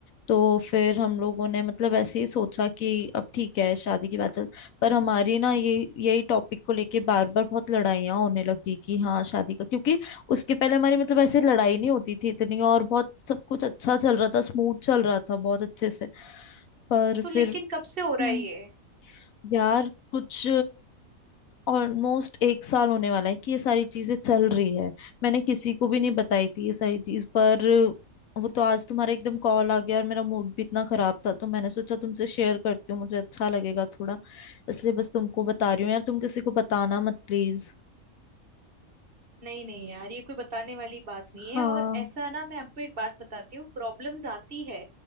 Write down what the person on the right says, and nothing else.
तो लेकिन
कब से हो रहा
है ये
नहीं नहीं यार ये कोई बताने वाली बात नहीं
है और ऐसा ना मैं आपको एक बात बताती हूँ प्रॉब्लम्स आती है